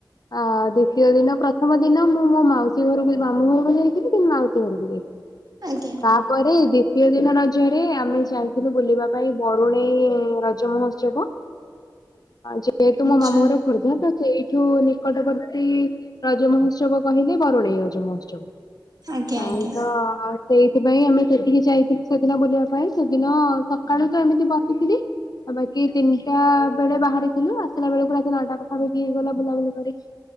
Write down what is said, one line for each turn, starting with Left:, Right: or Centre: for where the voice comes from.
Left: ଆ ଦ୍ଵିତୀୟ ଦିନ ପ୍ରଥମ ଦିନ ମୁଁ ମୋ ମାଉସୀ ଘରକୁ ମାମୁଁ ଘରକୁ ଯାଇଥିଲି ଫିର ମାଉସୀ ଘରକୁ ଯାଇଥିଲି।
Right: ଆଜ୍ଞା
Left: ତାପରେ ଦ୍ଵିତୀୟ ଦିନ ରଜରରେ ଆମେ ଯାଇଥିଲୁ ବୁଲିବା ପାଇଁ ବରୁଣେଇ ରଜ ମହୋତ୍ସବ। ଯେହେତୁ
Right: ଆଚ୍ଛା
Left: ମୋ ମାମୁଁ ଘର ଖୋର୍ଦ୍ଧା ସେଇ ଏଠୁ ନିକଟବର୍ତ୍ତୀ ରଜ ମହୋତ୍ସବ କହିଲେ ବରୁଣେଇ ରଜ ମହୋତ୍ସବ।
Right: ଆଜ୍ଞା
Left: ହଁ
Right: ଆଜ୍ଞା
Left: ତ ସେଇଥିପାଇଁ ଆମେ ସେତିକି ଯାଇଥିଲୁ ସେଦିନ ବୁଲିବା ପାଇଁ। ସେଦିନ ସକାଳୁ ଆଉ ବାକି ତିନିଟା ବେଳେ ବାହାରିଥିଲୁ ଆସିଲା ବେଳକୁ ରାତି ନଅଟା ପାଖାପାଖି ହେଇ ଗଲା ବୁଲାବୁଲି କରିକି।